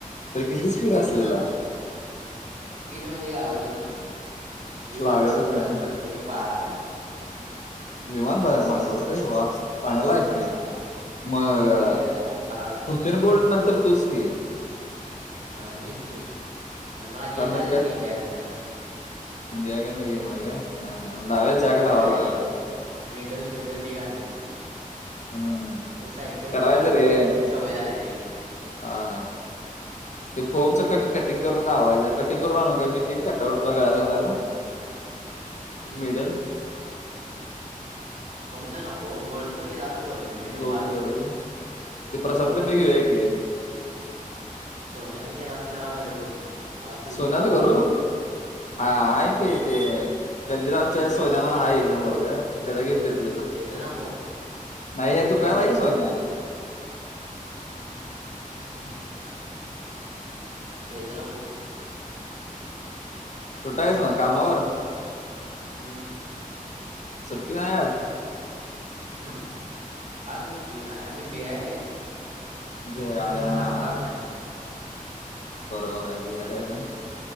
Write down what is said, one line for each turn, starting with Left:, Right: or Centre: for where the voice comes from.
Left: तरी किती स्पीड
Right: जोरात,
Left: असते तुला
Right: स्पीड म्हणजे काय विमान
Left: लागतच
Right: मागं पड
Left: नाही
Right: पडते मी पळाय लागल्याव
Left: विमान बघाय माग पडते वा! चांगला
Right: मग
Left: आहे
Right: काय
Left: की,
Right: बाबा
Left: मग
Right: स्पीड
Left: अ
Right: आपला हार्ड आहे.
Left: हुसेन बॉल्ट नंतर तूच की.
Right: होय मीच की, पण मला
Left: कारण
Right: घेईना
Left: का मिल्खा
Right: झालेत रे इंडियाकडनं.
Left: इंडियाकडनं घेईना झालेत काय? हा हा लाव्या
Right: नाही
Left: जॅक
Right: तर
Left: लावा
Right: काय,
Left: लागणार
Right: मेडल मेडल ढीग आणले असते.
Left: हम्म
Right: ते सायकलच्या
Left: करायचं
Right: मागं
Left: रे
Right: पळून पळून सवय झाल्या रे.
Left: हा हा. ते फोमचं कट कटिंग करून लावायचं, कटिंग करून आणू काय मी ते कटआउट तुला गळ्यात घालायला?
Right: हम्म.
Left: मिडल
Right: फोमचं नको गोल्डचं केला बरं होईल मेडल
Left: गोडच
Right: बारकं
Left: करू
Right: कर,
Left: की ते
Right: खरं
Left: प्रसाद
Right: गोल्डचच
Left: कंड घेऊया
Right: कर.
Left: की
Right: सोन्याचं केलास की जरा बर होईल ते, मला फ्युचरला
Left: सोन्याचं
Right: बरं
Left: करू
Right: पडेल. हम्म
Left: हा आहे की ते गल्लीच्या सोन्या म्हणून आहे एक दोन वर्ग त्याचा घेऊन ते.
Right: तेज नको
Left: नाही हे
Right: खरं
Left: दुकान
Right: खरं
Left: आहे की सोन
Right: सोनं <inaudible> ते जणक
Left: कुठयच मग कामावर.
Right: हम्म
Left: सुट्टी नाही आज.
Right: हम्म आज कुठली अर आम्ही बिहारी आहे.
Left: भे- अरे
Right: आम्ही
Left: हा
Right: कामगार नाही.
Left: बरोबर आहे बिहारीचा